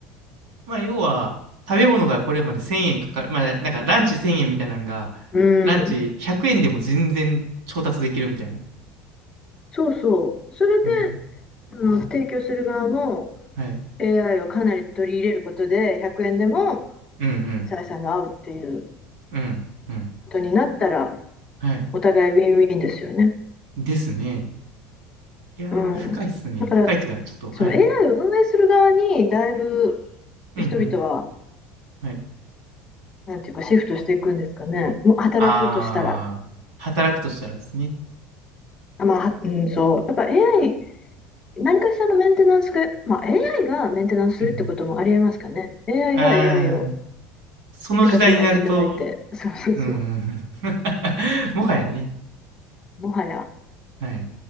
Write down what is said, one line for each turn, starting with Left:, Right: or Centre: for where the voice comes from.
Right: まあ、要は、食べ物がこれまで1000円かかる。まあ、なんかランチ1000円みたいなのが、
Left: う
Right: ランチ100円でも全然調達できるみたいな。
Left: ん。そうそう。それで、
Right: うん。
Left: あの、提供する側も
Right: はい。
Left: AI をかなり取り入れることで、100円でも
Right: うんうん。
Left: 採算が合うっていう
Right: うん。うん。
Left: ことになったら、
Right: はい。
Left: お互いウィンウィンですよね。
Right: ですね。いやー、
Left: うん。
Right: 深いっすね。
Left: だから、
Right: 深いっていうか、ちょっと、
Left: その
Right: はい。
Left: AI を運営する側に、だいぶ
Right: うんうん。
Left: 人々は、
Right: はい。
Left: なんていうか、シフトしていくんですかね。もう働くとしたら。
Right: あー、働くとしたらですね。
Left: あまあ、はうん、そう。やっぱ AI、何かしらのメンテナンスが、まあ、AI がメンテナンスするってこともありえますかね。
Right: うん
Left: AI
Right: うん。あー、
Left: が AI を
Right: その時代になると、
Left: で勝手にやっていただいて。そうそうそう。
Right: うんうんうん。<laughs> もはやね。
Left: もはや。
Right: はい。